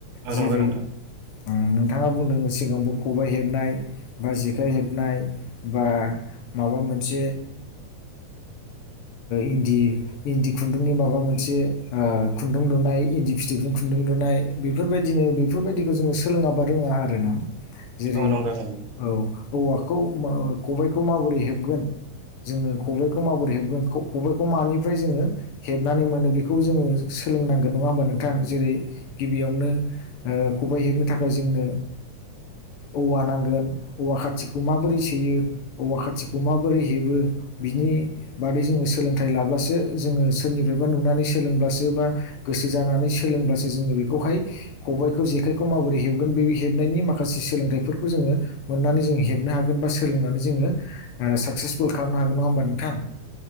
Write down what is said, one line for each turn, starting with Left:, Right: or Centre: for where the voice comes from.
Right: औ
Left: जेरै
Right: नंगौ नोंथां।
Left: नोंथाङा बुंदोंमोन सिगांबो खबाइ हेबनाय बा जेखाइ हेबनाय बा माबा मोनसे इन्दि इन्दि खुन्दुंनि माबा मोनसे खुन्दुं लुनाय इन्दि फिथोबजों खुन्दुं लुनाय बेफोरबायदिनो बेफोरबायदिखौ जोङो सोलोङाबा रोङा आरोना। जेरै
Right: औ नंगौ नंगौ
Left: औ। औवाखौ खबायखौ माबोरै हेबगोन जोङो खबायखौ माबोरै हेबगोन खबायखौ मानिफ्राय जोङो हेबनानै मोनो बेखौ जोङो सोलोंनांगोन नङा। होमबा नोंथां जेरै गिबियावनो खबाइ हेबनो थाखाय जोंनो औवा नांगोन औवा खाथिखौ माबोरै सैयो औवा खाथिखौ माबोरै हेबो बिनि बादै जोङो सोलोंथाइ लाब्लासो जोङो सोरनिफ्रायबा नुनानै सोलोंब्लासो बा गोसो जानानै सोलोंब्लासो जोङो बेखौहाय खबायखौ जेखायखौ माबोरै हेबगोन बे हेबनायनि माखासे सोलोंथाइफोरखौ जोङो मोननानै जोंङो हेबनो हागोन बा सोलोंनानै जोङो ओ साक्सेसफुल खालामनो हागोन नङा होनबा नोंथां